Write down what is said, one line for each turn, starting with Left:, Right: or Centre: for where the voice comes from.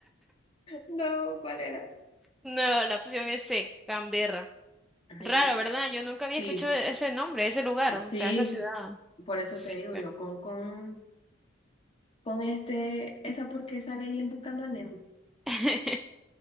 Left: No, ¿cuál era?
Centre: No, la opción es C, Canberra.
Left: Ay,
Centre: Raro,
Left: Dios.
Centre: ¿verdad? Yo nunca
Left: Sí.
Centre: había escuchado ese nombre, ese lugar, o
Left: Sí,
Centre: sea, esa ciudad.
Left: por eso
Centre: Sí,
Left: te digo
Centre: pero
Left: yo, con, con, con este, esa porque sale ahí en Buscando a Nemo.
Centre: <laughs>